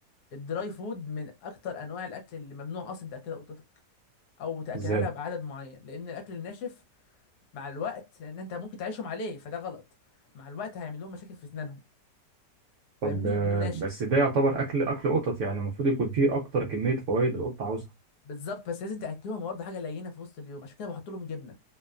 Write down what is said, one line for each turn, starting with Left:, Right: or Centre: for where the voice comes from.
Left: الدراي فود من اكتر انواع الاكل اللي ممنوع اصلا تاكلها قطتك او تاكلها
Right: ازاي
Left: لها بعدد معين لان الاكل الناشف مع الوقت لان انت ممكن تعيشهم عليه فده غلط مع الوقت هيعمل لهم مشاكل في اسنانهم فاهمني
Right: طب آه،
Left: لانه ناشف
Right: بس ده يعتبر اكل اكل قطط يعني المفروض يكون فيه اكتر كميه فوائد القط عاوزها
Left: بالظبط بس لازم تاكلهم برضه حاجه لينه في وسط اليوم عشان كده بحط لهم جبنه